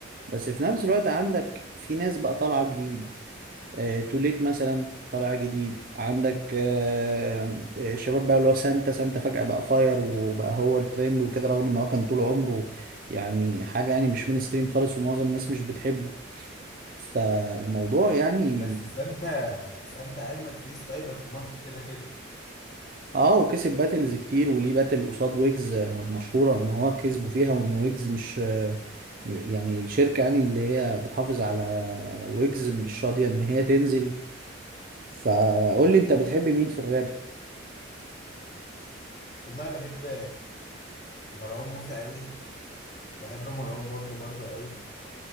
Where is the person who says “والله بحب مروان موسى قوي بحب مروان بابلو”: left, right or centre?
Left